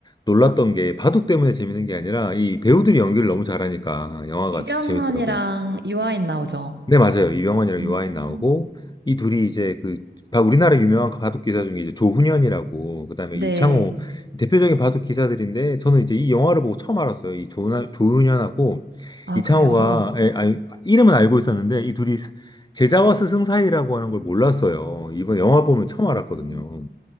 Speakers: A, on the left (about 25°); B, on the right (about 70°).
A: 놀랐던 게 바둑 때문에 재밌는 게 아니라 이 배우들이 연기를 너무 잘하니까 영화가
B: 이병헌이랑
A: 되게 재밌더라고요.
B: 유아인 나오죠?
A: 네, 맞아요. 이병헌이랑
B: 음.
A: 요하인 나오고, 이 둘이 이제 그, 바- 우리나라 유명한 바둑 기사 중에 이제 조훈현이라고, 그 다음에
B: 네.
A: 이창호, 대표적인 바둑 기사들인데, 저는 이제 이 영화를 보고 처음 알았어요. 이 조훈, 조훈현하고
B: 아,
A: 이창호가,
B: 그래요?
A: 에, 아니, 이름은 알고 있었는데, 이 둘이 사- 제자와 스승 사이라고 하는 걸 몰랐어요. 이번 영화 보면 처음 알았거든요.
B: 음.